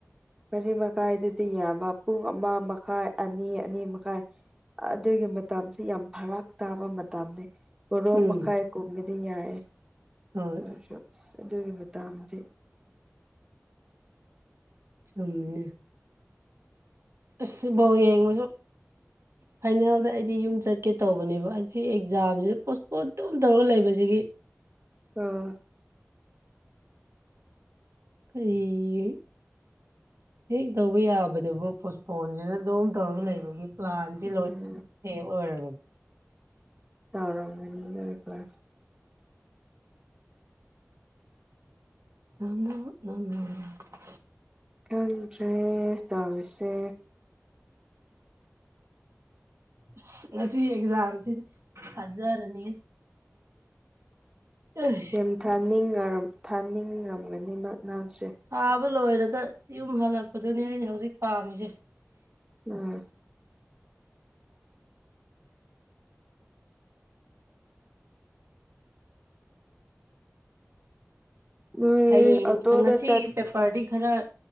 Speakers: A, on the right; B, on the right.
A: ꯃꯔꯤ ꯃꯈꯥꯏꯗꯗꯤ ꯌꯥꯕ ꯄꯨꯡ ꯑꯃ ꯃꯈꯥꯏ ꯑꯅꯤ ꯑꯅꯤ ꯃꯈꯥꯏ ꯑꯗꯨꯒꯤ ꯃꯇꯝꯁꯤ ꯌꯥꯝ ꯐꯔꯛ ꯇꯥꯕ ꯃꯇꯝꯅꯤ ꯕꯥꯔꯣ
B: ꯎꯝ
A: ꯃꯈꯥꯏ ꯀꯨꯝꯕꯗꯤ ꯌꯥꯏꯌꯦ
B: ꯍꯣꯏ
A: ꯅꯣꯏꯁꯨ ꯑꯁ ꯑꯗꯨꯒꯤ ꯃꯇꯥꯡꯗꯤ
B: ꯆꯨꯝꯃꯤꯅꯦ ꯑꯁ ꯕꯣꯜ ꯌꯦꯡꯕꯖꯨ ꯐꯥꯏꯅꯦꯜꯗ ꯑꯩꯗꯤ ꯌꯨꯝ ꯆꯠꯀꯦ ꯇꯧꯕꯅꯦꯕ ꯑꯁꯤ ꯑꯦꯛꯖꯥꯝꯖꯤ ꯄꯣꯁꯄꯣꯟ ꯇꯨꯝ ꯇꯧꯔꯒ ꯂꯩꯕꯖꯤꯒꯤ
A: ꯑꯥ
B: ꯀꯔꯤ ꯍꯦꯛ ꯇꯧꯕ ꯌꯥꯕꯗꯨꯕꯨ ꯄꯣꯁꯄꯣꯟꯖꯤꯅ ꯑꯗꯨꯝ ꯇꯧꯔꯒ ꯂꯩꯕꯒꯤ ꯄ꯭ꯂꯥꯟ ꯖꯦ ꯂꯣꯏ
A: ꯎꯝ
B: ꯐꯦꯜ ꯑꯣꯏꯔꯕꯅꯤ
A: ꯇꯧꯔꯝꯒꯅꯤ ꯅꯣꯏ ꯀ꯭ꯂꯥꯁ
B: <inaudible>
A: ꯈꯪꯗ꯭ꯔꯦ ꯇꯧꯔꯤꯁꯦ
B: ꯑꯁ ꯉꯁꯤ ꯑꯦꯛꯖꯥꯝ ꯖꯤꯗꯤ ꯐꯖꯔꯅꯤ ꯑꯦ
A: ꯎꯝ ꯊꯥꯅꯤꯡ ꯉꯔꯝ ꯊꯥꯅꯤꯡꯔꯝꯒꯅꯤ ꯃꯅꯥꯁꯦ
B: ꯊꯥꯕ ꯂꯣꯏꯔꯒ ꯌꯨꯝ ꯍꯜꯂꯛꯄꯗꯨꯅꯦ ꯑꯩꯅ ꯍꯧꯖꯤꯛ ꯄꯥꯝꯃꯤꯖꯦ
A: ꯎꯝ ꯅꯣꯏ
B: ꯍꯌꯦꯡ
A: ꯑꯣꯇꯣꯗ
B: ꯉꯁꯤ
A: ꯆꯠ
B: ꯄꯦꯄꯔꯗꯤ ꯈꯔ